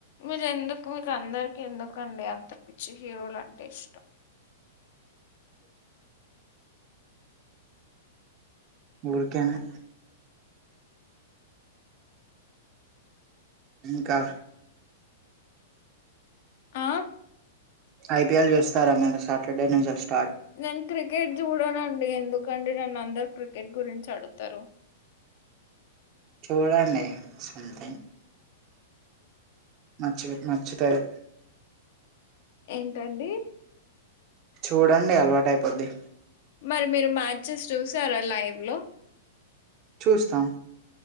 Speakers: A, on the left; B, on the right.
A: మీరెందుకు? మీకు అందరికి ఎందుకండి అంత పిచ్చి హీరోలు అంటే ఇష్టం?
B: ఊర్కెనే. ఇంకా?
A: ఆ?
B: ఐ పీ ఎల్ చూస్తారా మీరు? సాటర్డే నుంచ స్
A: నేన్ క్రికెట్ చూడనండి, ఎన్ ఎందుకండి నన్ను అందరు క్రికెట్ గురించి అడుగుతరు?
B: చూడండి సంథింగ్. నచ్చివి నచ్చుతరు.
A: ఏంటండి?
B: చూడండి, అలవాటయిపోద్ది.
A: మరి మీరు మ్యాచెస్ చూసారా లైవ్ లో?
B: చూస్తాం.